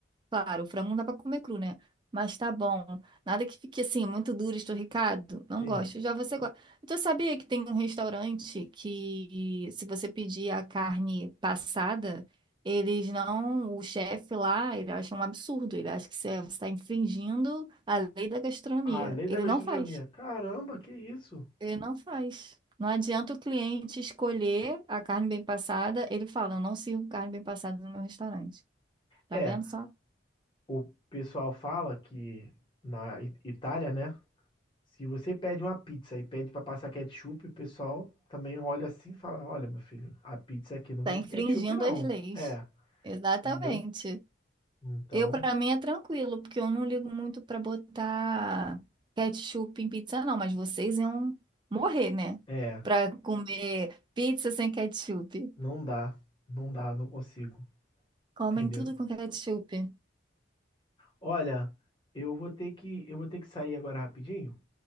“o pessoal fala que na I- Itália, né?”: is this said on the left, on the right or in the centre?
Left